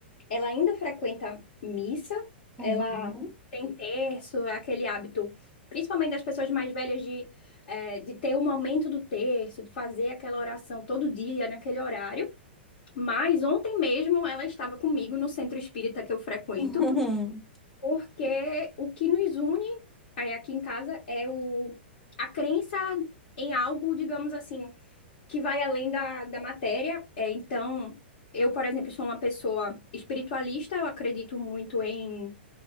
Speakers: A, on the left (about 60°); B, in the centre.
A: ela ainda frequenta missa, ela
B: Uhum. <laughs>
A: tem terço, é aquele hábito, principalmente das pessoas mais velhas, de, é, de ter o momento do terço, de fazer aquela oração todo dia, naquele horário. Mas ontem mesmo ela estava comigo no centro espírita que eu frequento.
B: Uhum.
A: Porque o que nos une é, aqui em casa é o, a crença em algo, digamos assim, que vai além da, da matéria. É, então, eu, por exemplo, sou uma pessoa espiritualista, eu acredito muito em